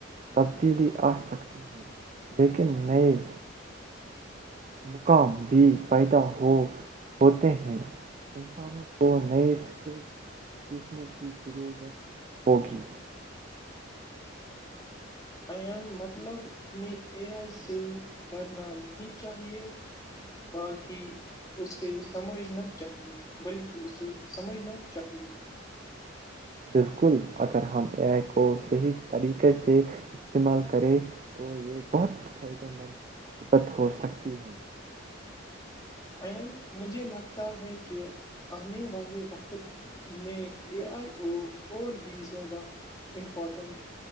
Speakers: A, on the right; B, on the left.
A: تبدیلی آ سکتی ہے لیکن نہیں مقام بھی پیدا ہو ہوتے ہیں انسانوں کو نئے اسکلس سیکھنے کی ضرورت ہوگی
B: ایان مطلب ہمیں اے آئی سے ڈرنا نہیں چاہیے بلقی اسے سمجھنا چاہیے بلکہ اسے سمجھنا چاہیے
A: بالکل اگر ہم ائی کو صحیح طریقے سے استعمال کریں تو یہ بہت فائدے مند صبت ہو سکتی ہے
B: ام مجھے لگتا ہے کہ آنے والے وقت میں اے آئی او اور بھی زیادہ امپورٹنٹ